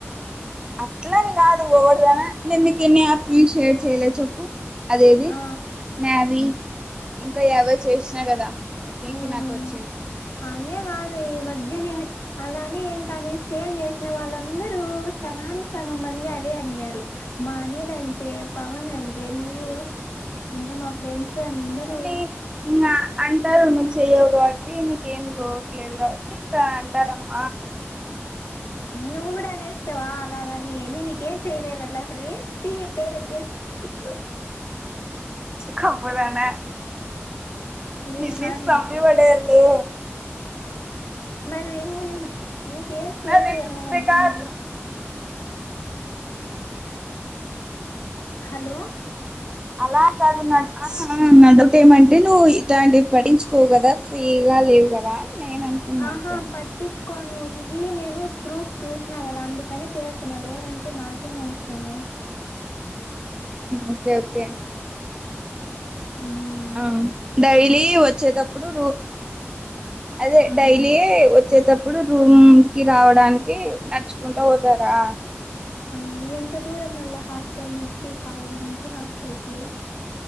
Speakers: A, on the right; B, on the left.
A: అట్లని కాదు ఎవరుదన నేను నీకు ఎన్ని ఆపి షేర్ చెయ్యలే చెప్పు అదేది
B: ఆ,
A: నావీ ఇంకా ఎవో చేసినా కదా నీకి
B: ఉమ్,
A: నాకు వచ్చి
B: అనే కాదు ఈ మధ్య నేను అలానే ఏం కానీ షేర్ చేసిన వాళ్ళందరూ సగానికి సగం మంది అదే అన్యరూ మా అనిల్ అంతే పవన్ అంతే నువ్వు ఇంకా మా ఫ్రెండ్స్ అందరూ
A: నీ అంటారు నువ్వు చెయ్యవు కాబట్టి నీకేం లేదు కాబట్టి అంటారమ్మ
B: నువ్వు కూడా అనేస్తావా అలాగని నేను నీకేం చేయలేదా లహరి చి పేరు ఎత్తే హ్
A: కావాలనా
B: ఏం
A: నిన్ను
B: కాదు
A: చంపి
B: లేపోతే
A: పడేయాన్లే
B: మరి నువ్ నేను నీకేం చేయలేదునంటివి
A: నాది రికార్డ్
B: మరి హలో
A: అలా కాదు నటుట ఏమంటే నువ్వు ఇట్లాంటివి పడించుకోవు కదా ఫ్రీగా లేవుకదా నేను అనుకున్నా
B: ఆహా
A: అంతే
B: పట్ పట్టించుకోను ఇది నేను ప్రూఫ్ చూసినా కదా అందుకనే చేస్తున లేదంటే నాకేం అవసరము
A: ఓకే ఓకే
B: ఉమ్
A: ఆ డైలీ వచ్చేటప్పుడు రూ అదే
B: ఆ
A: డైలీ వ వచ్చేటప్పుడు రూమ్కి రావడానికి నడుచుకుంటా పోతారా
B: ఆ ఎంత దూరంమల్ల హాస్టల్ నుంచి కాలేజ్ నుంచి హాస్టల్ కి